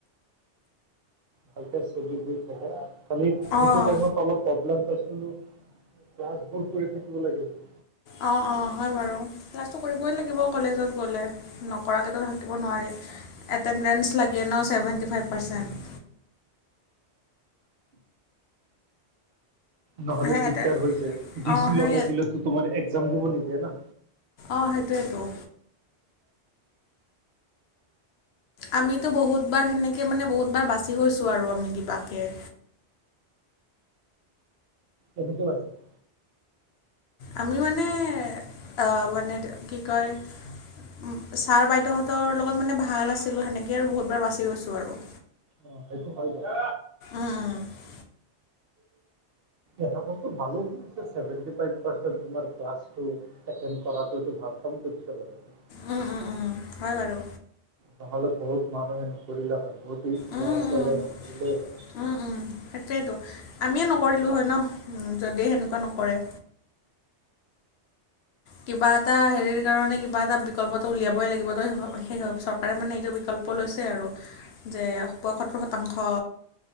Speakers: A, on the right (about 60°); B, on the left (about 70°).
A: ভালকে চলি ফুৰি থাকে খালী সেইটো
B: অঁ
A: টাইমত অলপ প্ৰব্লেম পাইছিলোঁ, ক্লাছ বোৰ কৰি থাকিব লাগে যে।
B: অহ', অহ' হয়, বাৰু। ক্লাছটো কৰিবই লাগিব কলেজত গ'লে। নকৰাকেটো থাকিব নোৱাৰি, এটেণ্ডেঞ্চ লাগে ন' ছেভেণ্টি ফাইভ পাৰ্চেণ্ট।
A: নহ'লে
B: সেই
A: দিগদাৰ
B: এটেন
A: হৈ যায়, ডি
B: অঁ
A: চি
B: সেই
A: লগাই দিলে তোমাৰ একজাম দিব নিদিয়ে না।
B: অহ, সেইটোৱেটো। আমিতো বহুতবাৰ সেনেকে মানে বহুতবাৰ বাচি গৈছোঁ আৰু আমি কিবাকে।
A: কেনেকৈ বাছিলা।
B: আমি মানে অহ, মানে কি কয়। অহ, ছাৰ বাইদেউহঁতৰ লগত মানে ভাল আছিলোঁ, সেনেকে আৰু বহুতবাৰ বাচি গৈছোঁ আৰু।
A: অ সেইটো হয় বাৰু
B: উম
A: এটা বস্তু ভালো কৰিছে চেৱেণ্টি ফাইভ পাৰ্চেণ্ট তোমাৰ ক্লাছটো এটেণ্ড কৰাটোতো ভাল। ভাল কৰিছে বাৰু এইটো।
B: উম', উম', উম' হয় বাৰু।
A: নহ'লে বহুত মানুহে নপঢ়িলে হয়, বহুত ল'ৰা-ছোৱালীয়ে
B: উম উম
A: নপঢ়িলেই হয়।
B: উম', উম' সেইটোৱেটো। আমিয়ে নকৰিলোঁ হয় ন' যদি সেনেকুৱা নকৰে। কিবা এটা হেৰিৰ কাৰণে কিবা এটা বিকল্পটো উলিয়াব ই লাগিব, তহ সেই চৰকাৰে মানে এইটো বিকল্প লৈছে আৰু যে পয়সত্তৰ শতাংশ